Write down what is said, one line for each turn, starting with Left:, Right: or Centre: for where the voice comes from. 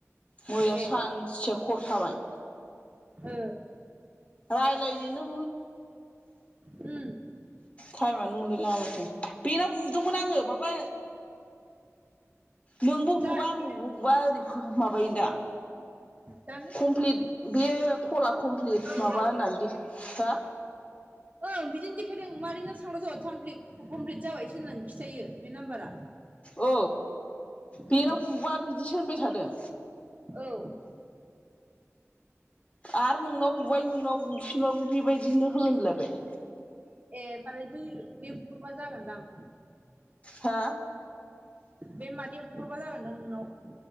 Left: मैया
Right: ए
Left: सानसेया खर' साबाय
Right: ओ
Left: रायलायनिनो
Right: हम
Left: टाइमानो मोनलायलाङा माथो बेनाव बुदोंमोन आङो माबा नोंबो बुबा
Right: जाहाथे
Left: आंबो बुबा ओरै माबायोदां
Right: दानि
Left: कमप्लिट बे फला कमप्लिट
Right: औ
Left: माबा
Right: औ
Left: दि <unintelligible>
Right: ओं बिदिनो देखायदों मादैनो सांग्र जाब इमकमप्लिट जाबायसो होननानै खिथायो बे नाम्बारा
Left: औ बेयाव
Right: उम
Left: बुबा बिदिसो होनबाय थादों
Right: औ
Left: आरो नोंनाव बुबाय नोंनाव बुफिनबाबो बेबायदिनो होनलायबाय
Right: ए होनोमबालाय बै बेबुहरबा जागोनदां
Left: हो
Right: बे मादैया बुहरबा जागोनदां नोंनाव